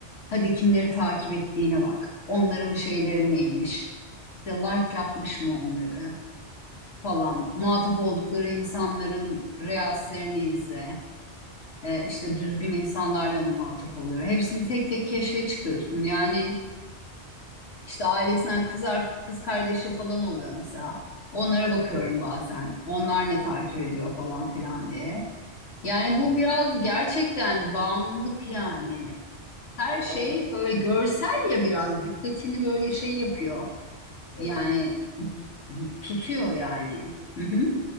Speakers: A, on the left; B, on the left.
A: Hadi kimleri takip ettiğine bak. Onların şeyleri neymiş? İşte like yapmış mı onları falan. Muhatap oldukları insanların reelslerini izle e, işte düzgün insanlarla mı muhatap oluyor? Hepsini tek tek keşfe çıkıyorsun. Yani işte ailesinden kız, ar- kız kardeşi falan oluyor mesela. Onlara bakıyorum
B: Hı hı.
A: bazen. Onlar ne takip ediyor falan filan diye. Yani bu
B: Hı hı.
A: biraz gerçekten bağımlılık yani. Her
B: Ya
A: şey
B: abla
A: böyle görsel ya biraz dikkatini böyle şey yapıyor.
B: evet
A: Yani tutuyor yani. Hı hı.